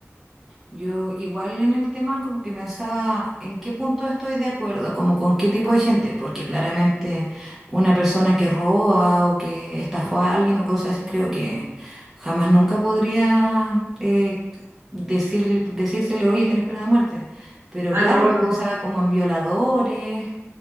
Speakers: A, in the centre; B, on the right.
A: Yo igual en el tema como que pensaba en qué punto estoy de acuerdo, como con qué tipo de gente, porque claramente una persona que roba o que estafó a alguien o cosas así, creo que jamás nunca podría eh, decir, decírsele, oye, tienes pena de muerte. Pero
B: Ah,
A: claro,
B: no,
A: yo
B: no.
A: pensaba como en violadores,